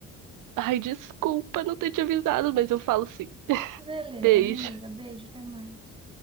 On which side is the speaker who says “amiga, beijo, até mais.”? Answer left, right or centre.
Right